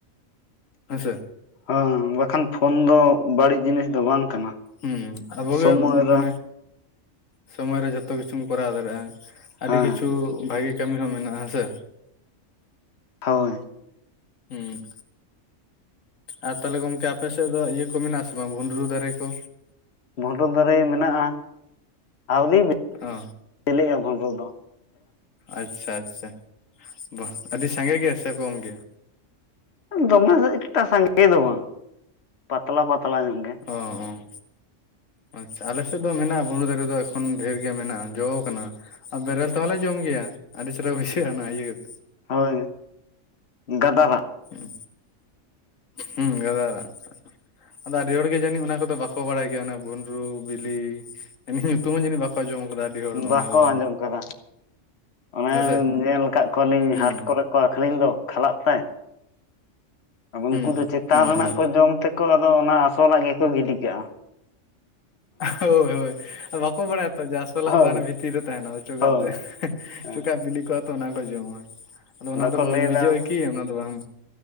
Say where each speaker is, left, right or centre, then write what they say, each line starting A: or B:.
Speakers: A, on the left; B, on the left.
A: ᱦᱮᱸ ᱥᱮ᱾
B: ᱦᱚᱸ, ᱵᱟᱠᱷᱟᱱ ᱯᱷᱳᱱ ᱫᱚ ᱵᱟᱹᱲᱤᱡ ᱡᱤᱱᱤᱥ ᱫᱚ ᱵᱟᱝ ᱠᱟᱱᱟ᱾
A: ᱦᱩᱸ, ᱟᱵᱚᱜᱮ
B: ᱥᱚᱢᱚᱭ
A: ᱢᱟᱱᱮ
B: ᱨᱮ
A: ᱥᱚᱢᱚᱭ ᱨᱮ ᱡᱚᱛ ᱡᱚᱛᱚ ᱠᱤᱪᱷᱩᱢ ᱠᱚᱨᱟᱣ ᱫᱟᱲᱮᱭᱟᱜ-ᱟ ᱟᱹᱰᱤ
B: ᱦᱮᱸ
A: ᱠᱤᱪᱷᱩ ᱵᱷᱟᱜᱤ ᱠᱟᱹᱢᱤ ᱦᱚᱸ ᱢᱮᱱᱟᱜ-ᱟ ᱦᱮᱸ ᱥᱮ᱾
B: ᱦᱳᱭ᱾
A: ᱦᱩᱸ᱾ ᱟᱨ ᱛᱟᱦᱞᱮ ᱜᱚᱝᱠᱮ ᱟᱯᱮ ᱥᱮᱫ ᱫᱚ ᱤᱭᱟᱹ ᱠᱚ ᱢᱮᱱᱟᱜ-ᱟ ᱥᱮ ᱵᱟᱝ ᱵᱷᱩᱸᱰᱨᱩ ᱫᱟᱨᱮ ᱠᱚ?
B: ᱵᱷᱩᱸᱰᱨᱩ ᱫᱟᱨᱮ ᱢᱮᱱᱟᱜ-ᱟ᱾ ᱟᱹᱣᱨᱤ ᱵᱤ
A: ᱚ
B: ᱵᱤᱞᱤᱜ-ᱟ ᱵᱷᱩᱸᱰᱨᱩ ᱫᱚ᱾
A: ᱟᱪᱪᱷᱟ ᱟᱪᱪᱷᱟ ᱵᱟᱜ, ᱟᱹᱰᱤ ᱥᱟᱸᱜᱮ ᱜᱮᱭᱟ ᱥᱮ ᱠᱚᱢ ᱜᱮᱭᱟ
B: ᱫᱚᱢᱮ ᱮᱠᱴᱟ ᱥᱟᱸᱜᱮ ᱫᱚ ᱵᱟᱝ ᱯᱟᱛᱞᱟ ᱯᱟᱛᱞᱟ ᱧᱚᱜ ᱜᱮ᱾
A: ᱚᱻ ᱟᱪᱪᱷᱟ ᱟᱞᱮ ᱥᱮᱫ ᱫᱚ ᱢᱮᱱᱟᱜ-ᱟ ᱵᱷᱩᱸᱰᱨᱩ ᱫᱟᱨᱮ ᱫᱚ ᱮᱠᱷᱚᱱ ᱰᱷᱮᱨ ᱜᱮ ᱢᱮᱱᱟᱜ-ᱟ ᱡᱚ ᱠᱟᱱᱟ᱾ ᱟᱨ ᱵᱮᱨᱮᱞ ᱛᱮᱦᱚᱸᱞᱮ ᱡᱚᱢ ᱜᱮᱭᱟ ᱟᱹᱰᱤ ᱪᱮᱦᱨᱟ ᱠᱚ ᱵᱩᱡᱷᱟᱹᱜ-ᱟ ᱚᱱᱟ ᱤᱭᱟᱹᱛ
B: ᱦᱳᱭ ᱜᱟᱫᱟᱨᱟᱜ᱾
A: ᱦᱩᱸ, ᱦᱩᱸ, ᱜᱟᱫᱟᱨᱟᱜ᱾ ᱟᱫᱚ ᱟᱹᱰᱤ ᱦᱚᱲᱜᱮ ᱡᱟᱹᱱᱤᱡ ᱚᱱᱟ ᱠᱚᱫᱚ ᱵᱟᱠᱚ ᱵᱟᱲᱟᱭ ᱜᱮᱭᱟ ᱚᱱᱟ ᱵᱷᱩᱸᱰᱨᱩ ᱵᱤᱞᱤ᱾ ᱤᱱᱟᱹ ᱧᱩᱛᱩᱢ ᱦᱚᱸ ᱡᱟᱹᱱᱤᱡ ᱵᱟᱠᱚ ᱟᱸᱡᱚᱢ ᱠᱟᱫᱟ ᱟᱹᱰᱤ ᱦᱚᱲ
B: ᱵᱟᱠᱚ
A: ᱚᱱᱟ ᱠᱚᱫᱚ᱾
B: ᱟᱸᱡᱚᱢ ᱠᱟᱫᱟ ᱚᱱᱮ
A: ᱦᱮᱸᱥᱮ
B: ᱧᱮᱞ ᱠᱟᱫ ᱠᱚᱣᱟᱞᱤᱧ
A: ᱦᱩᱸ
B: ᱦᱟᱴ ᱠᱚᱨᱮ ᱠᱚ ᱟᱹᱠᱷᱨᱤᱧ ᱫᱚ ᱠᱷᱟᱞᱟᱜ ᱛᱮ᱾ ᱟᱫᱚ
A: ᱦᱩᱸ
B: ᱩᱱᱠᱩ ᱫᱚ ᱪᱮᱛᱟᱱ
A: ᱦᱩᱸ
B: ᱨᱮᱱᱟᱜ
A: ᱦᱩᱸ
B: ᱠᱚ ᱡᱚᱢ ᱛᱮᱠᱚ ᱟᱫᱚ ᱚᱱᱟ ᱟᱥᱚᱞᱟᱜ ᱜᱮᱠᱚ ᱜᱤᱰᱤ ᱠᱟᱜ-ᱟ᱾
A: ᱦᱳᱭ ᱦᱳᱭ ᱵᱟᱠᱚ ᱵᱟᱲᱟᱭᱟᱛᱚ ᱡᱮ ᱟᱥᱚᱞᱟᱜ
B: ᱦᱳᱭ
A: ᱫᱚ ᱦᱟᱱᱮ ᱵᱷᱤᱛᱤᱨ ᱨᱮ ᱛᱟᱦᱮᱱᱟ ᱚᱪᱚᱜᱟᱜ
B: ᱦᱳᱭ
A: ᱛᱮ᱾
B: ᱦᱮᱸ
A: ᱪᱚᱠᱟᱜ ᱵᱤᱞᱤ ᱠᱚᱜ-ᱟ ᱛᱚ ᱚᱱᱟ ᱠᱚ ᱡᱚᱢᱟ᱾ ᱟᱫᱚ ᱚᱱᱟ ᱫᱚ
B: ᱠᱚ
A: ᱢᱚᱡᱽ
B: ᱞᱟᱹᱭᱫᱟ
A: ᱵᱩᱡᱷᱟᱹᱜ-ᱟ ᱠᱤ? ᱚᱱᱟ ᱫᱚ ᱵᱟᱝ᱾